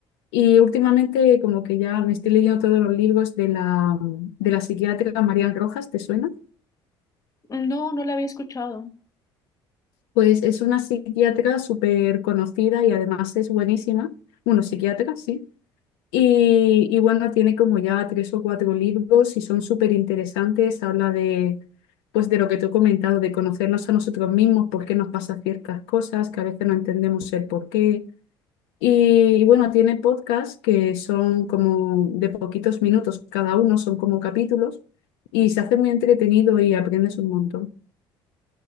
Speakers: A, on the left (about 75°); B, on the left (about 25°).
A: Y últimamente como que ya me estoy leyendo todos los libros de la, de la psiquiatra María Rojas, ¿te suena?
B: No, no la había escuchado.
A: Pues es una psiquiatra súper conocida y además es buenísima. Bueno, psiquiatra, sí. Y, y bueno, tiene como ya tres o cuatro libros y son súper interesantes. Habla de, pues de lo que te he comentado, de conocernos a nosotros mismos, por qué nos pasa ciertas cosas, que a veces no entendemos el por qué. Y, y bueno, tiene podcasts que son como de poquitos minutos cada uno, son como capítulos, y se hace muy entretenido y aprendes un montón.